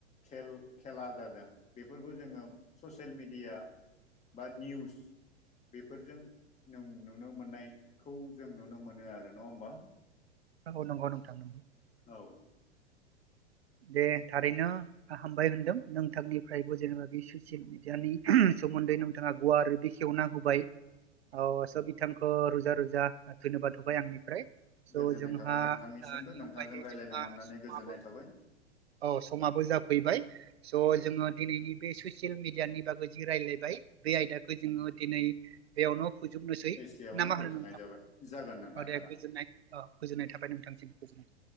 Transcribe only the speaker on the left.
खेल खेला जादों बेफोरखौ जोङो ससियेल मिडिया बा निउस बेफोरजों नों नुनो मोननायखौ जों नुनो मोनो आरो नङा होमबा
औ
गोजोननाय
थाबाय नोंथांनिसिमबो
नोंथांजों
रायज्लायनो
मोननानै
गोजोननाय थाबाय
जाबाय
एसेयावनो
दोनथ'नाय
जाबाय जागोन नोंथां
जागोन